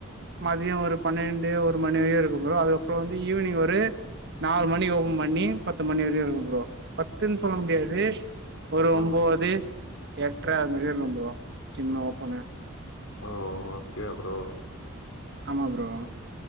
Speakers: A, on the right; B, on the left.
A: மதிய ஒரு பன்னெண்டு ஒரு மணி வரியு இருக்கு ப்ரோ அதுக்கப்ற வந்து ஈவினிங் ஒரு நாலு மணி ஓபம் பண்ணி பத்து மணி வரியு இருக்கும் ப்ரோ பத்துன் சொல்ல முடியாது ஒரு ஒம்போது
B: ம்.
A: எட்ற அது மாரி இருக்கும் ப்ரோ ஜிம் ஓப்பன்னு
B: ஓ அப்டியா ப்ரோ
A: ஆமா ப்ரோ